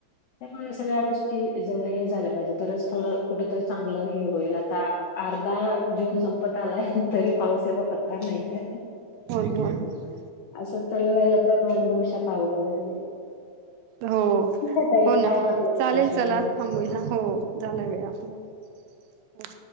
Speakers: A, on the left; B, on the right.
A: त्यामुळे सगळ्या गोष्टी जर हे झाल्या पाहिजे तरचं थोडं कुठतरी चांगलं होईल आता अर्धा जून संपत आलाय तरी पाऊसाचा पत्ता नाहीये.
B: होना होना
A: असंच चालू राहिलं तर भविष्यात अवघड आहे बघा लय.
B: हो
A: ठीक
B: हो ना,
A: तुमच्याशी
B: चालेल चला
A: बोलून.
B: थांबूया हो झालायं वेळ आपला. हो